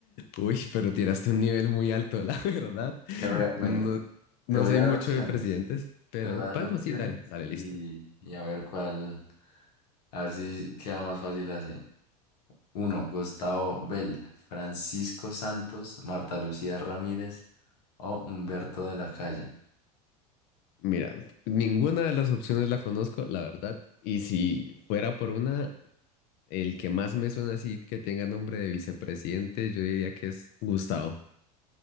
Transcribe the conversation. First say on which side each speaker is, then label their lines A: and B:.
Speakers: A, on the left; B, on the left.
A: Uy, pero tiraste un nivel muy alto, la <laughs> verdad.
B: Te voy a- bueno,
A: No, no
B: te voy
A: soy
B: a dar
A: mucho
B: opciones.
A: de presidentes, pero
B: Te voy
A: no.
B: a dar
A: Bueno,
B: opciones
A: sí, dale, dale,
B: y,
A: listo.
B: y a ver cuál, a ver si queda más fácil así. Uno, Gustavo Bell, Francisco Santos, Marta Lucía Ramírez o Humberto de la Calle.
A: Mira, ninguna de las opciones la conozco, la verdad. Y si fuera por una, el que más me suena así que tenga nombre de vicepresidente, yo diría que es Gustavo.